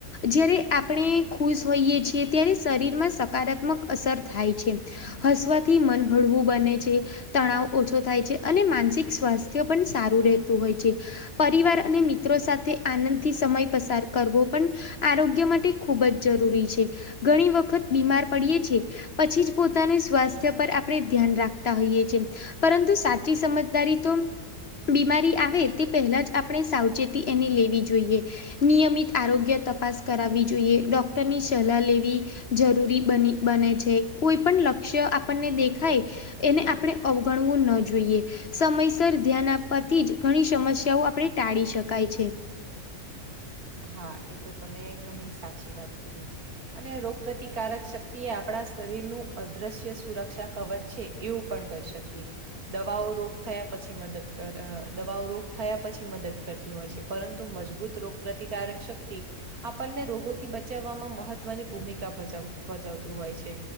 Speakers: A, on the left; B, on the right.
A: જ્યારે આપણે ખુશ હોઈએ છીએ ત્યારે શરીરમાં સકારાત્મક અસર થાય છે. હસવાથી મન હળવું બને છે. તણાવ ઓછો થાય છે. અને માનસિક સ્વાસ્થ્ય પણ સારું રહેતું હોય છે. પરિવાર અને મિત્રો સાથે આનંદથી સમય પસાર કરવો પન આરોગ્ય માટે ખૂબ જ જરૂરી છે. ઘણી વખત બીમાર પડીએ છે. પછી જ પોતાના સ્વાસ્થ્ય પર આપણે ધ્યાન રાખતા હોઈએ છેમ પરંતુ સાચી સમજદારી તો બીમારી આ વે તે પહેલા જ આપણે સાવચેતી એની લેવી જોઈએ. નિયમિત આરોગ્ય તપાસ કરાવવી જોઈએ. ડૉક્ટરની સલાહ લેવી જરૂરી બની બને છે. કોઈ પણ લક્ષ્ય આપણને દેખાય એને આપણે અવગણવું ન જોઈએ. સમયસર ધ્યાન આ પતી જ ઘણી સમસ્યાઓ આપણે ટાળી શકાય છે.
B: હા એ તો તમે ઘણી સાચી વાત કીધી. અને રોગ પ્રતિકારક શક્તિ એ આપણા શરીરનું અદ્રશ્ય સુરક્ષા કવચ છે. એવું પણ કહી શકીએ. દવાઓ રોગ થયા પછી મદદ કર અ દવાઓ રોગ થયા પછી મદદ કરતી હોય છે. પરંતુ મજબૂત રોગ પ્રતિકારક શક્તિ આપણને રોગોથી બચાવવામાં મહત્વની ભૂમિકા ભજ ભજવતું હોય છે.